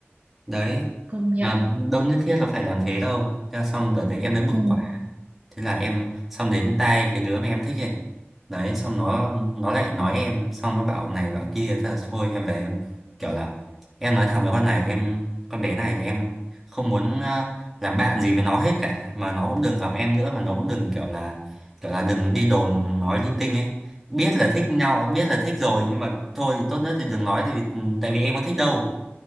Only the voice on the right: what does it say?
công nhận
Ừ.